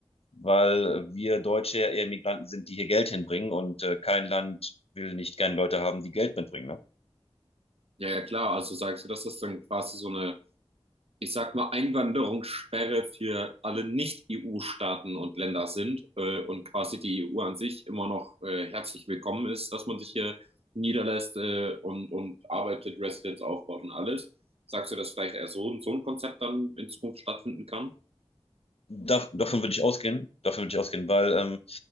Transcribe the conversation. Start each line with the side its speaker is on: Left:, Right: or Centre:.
Left: weil wir Deutsche ja eher Migranten sind, die hier Geld hinbringen und äh, kein Land will nicht gerne Leute haben, die Geld mitbringen. Ne?
Right: Ja, ja, klar. Also sagst du, dass das dann quasi so eine ich sag mal, Einwanderungssperre für alle Nicht-EU-Staaten und Länder sind äh, und quasi die EU an sich immer noch äh, herzlich willkommen ist, dass man sich hier niederlässt äh, und, und arbeitet, Residenz aufbaut und alles. Sagst du, dass vielleicht eher so, so ein Konzept dann in Zukunft stattfinden kann?
Left: dav davon würde ich ausgehen, davon würde ich ausgehen, weil ähm,